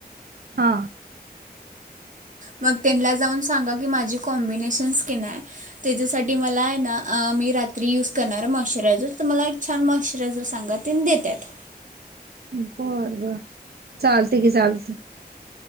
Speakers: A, on the right; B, on the right.
A: हा
B: मग त्यांना जाऊन सांगा की माझी कॉम्बिनेशन स्किन आहे. त्याच्यासाठी मला आहे, ना मी रात्री यूज करणार आहे. मॉश्चरायझर तर मला एक छान मॉश्चरायझर सांगा त्यांनी देतात.
A: बर बर चालतय, की चालत